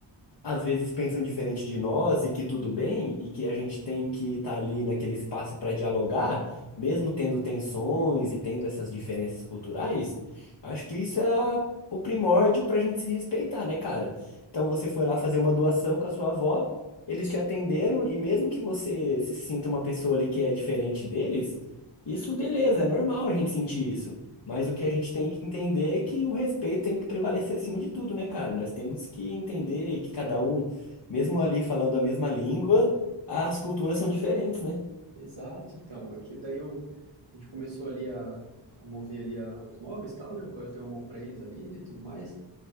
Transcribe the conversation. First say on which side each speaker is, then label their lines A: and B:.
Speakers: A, on the left; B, on the right.
A: às vezes pensam diferente de nós e que tudo bem, e que a gente tem que estar ali naquele espaço para dialogar, mesmo tendo tensões e tendo essas diferenças culturais, acho que isso é a- o primórdio para a gente se respeitar, né, cara? Então você foi
B: E-
A: lá fazer uma doação com a sua avó, eles te atenderam, e mesmo que você se sinta uma pessoa ali que é diferente deles, isso beleza, é normal a gente sentir isso. Mas o que a gente tem que entender é que o respeito tem que prevalecer acima de tudo, né, cara? Nós temos que entender que cada um, mesmo ali falando a mesma língua, as culturas são diferentes, né?
B: Exato, então, aqui daí eu, a gente começou ali a, a mover ali a- os móveis e tal, né? Eu dei uma mão para eles ali, né, e tudo mais.